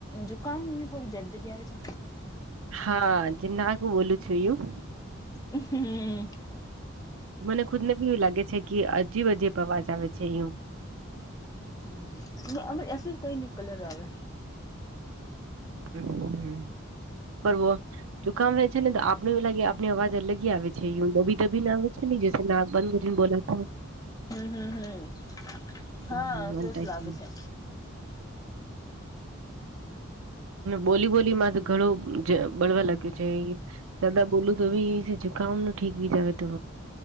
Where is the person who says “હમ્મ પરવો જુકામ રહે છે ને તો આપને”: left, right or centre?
Right